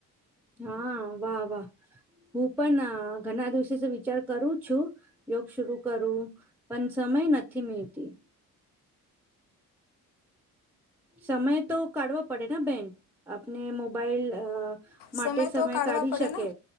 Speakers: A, in the centre; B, on the left.
A: હા વાહ વાહ. હું પણ ઘણા દિવસ થી વિચાર કરું છું યોગ સુરુ કરું. પણ સમય નથી મીળતી. સમય તો કાઢવા પડે ને બેન આપને મોબાઈલ અ માટે
B: સમય તો કાઢવા
A: કાઢી
B: પડે
A: શકે
B: ને